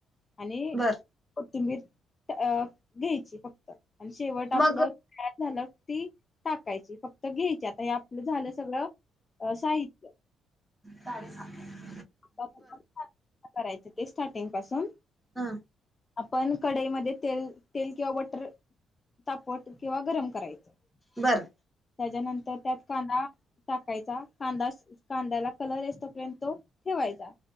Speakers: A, on the left; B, in the centre.
A: आणि
B: बर
A: कोथिंबीर अ घ्यायची फक्त आणि शेवट आपलं
B: मग
A: झालं. ती टाकायची फक्त घ्यायची आता हे आपलं झालं सगळं साहित्य
B: चालेल सांग
A: <unintelligible> करायचं ते स्टार्टिंग पासून
B: हा
A: आपण कढाईमध्ये तेल तेल किंवा बटर तापवट किंवा गरम करायचं त्याच्यानंतर
B: बर
A: त्यात कांदा टाकायचा कांदा कांद्याला कलर येईस तोपर्यंत तो ठेवायचा